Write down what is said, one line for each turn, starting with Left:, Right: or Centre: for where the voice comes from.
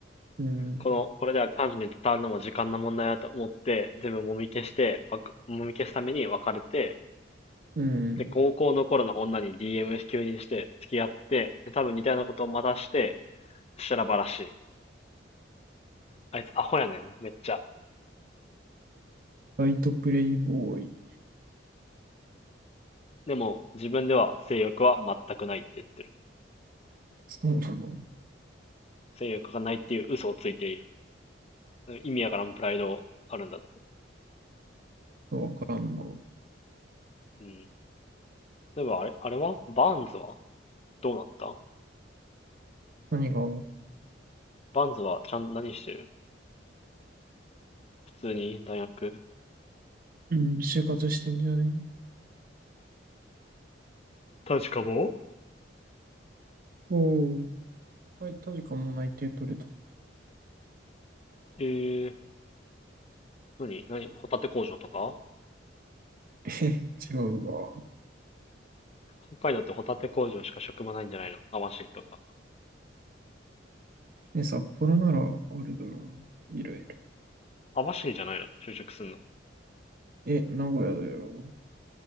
Right: うん。
Left: この、これでは彼女に伝わるのも時間の問題だと思って、全部もみ消して、もみ消すために別れて、
Right: うん。
Left: で、高校の頃の女に DM 急にして付き合って、で、多分似たようなことをまたして、そしたらしい。あいつアホやねん、めっちゃ。
Right: バイトプレイボーイ。
Left: でも、自分では性欲は全くないって言ってる。
Right: そうなの。
Left: 性欲がないっていう嘘をついている。意味やからもプライドあるんだ。
Right: わからんな。
Left: うん。そういえば、あれ、あれはバーンズはどうなった
Right: 何が
Left: バンズはちゃん、何してる普通に大学
Right: うん、就活してんじゃない
Left: 確かも
Right: おー、タイ、タジかも内定取れた。
Left: ええ何何ホタテ工場とか
Right: え、<laughs> 違うわ。
Left: 北海道ってホタテ工場しか職場ないんじゃないの網走とか。
Right: え、札幌なら、あれだろう。いろいろ。
Left: 網走じゃないの就職すんの。
Right: え、名古屋だよ。